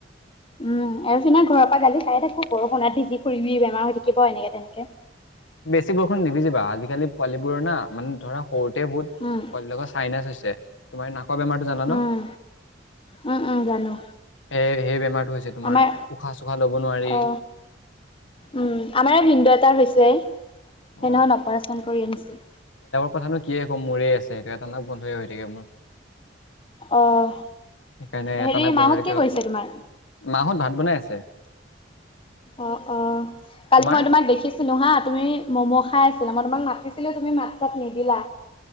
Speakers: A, on the left; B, on the left.
A: উম এইপিনে। ঘৰৰ পৰা গালি খাই থাকো বৰষুণত ভিজি ফুৰিবি বেমাৰ হৈ থাকিব এনেকে তেনেকে।
B: বেছি বৰষুণ নিভিজিবা আজিকালি পোৱালীবোৰৰ না মানে ধৰা। সৰুতে বহুত
A: উম
B: পোৱালী বিলাকৰ চাইনাছ হৈছে তোমাৰ নাকৰ বেমাৰটো জানা ন,
A: উম উম উম জানো
B: সে সেই বেমাৰটো হৈছে তোমাৰ
A: আমাৰ
B: উশাহ চোশাহ ল'ব নোৱাৰি।
A: অ উম আমাৰে ভিনদেউ এটাৰ হৈছে
B: অ
A: সেইদিনাখন অপাৰেচন কৰি আনিছিল।
B: কথাটো কিয়ে কম মোৰেই আছে এইটো এটা নাক বন্ধই হৈ থাকে মোৰ।
A: অহ
B: সেইকাৰণে
A: হেৰি
B: এটা নাক বন্ধ
A: মাহঁত
B: হৈ থাকে
A: কি কৰিছে তোমাৰ?
B: মাহঁত ভাত বনাই আছে।
A: অ', অ', কালি
B: তোমাৰ
A: মই তোমাক দেখিছিলো হা তুমি ম'ম' খা খাই আছিলা মই তোমাক মাতিছিলো তুমি মাত চাত নিদিলা।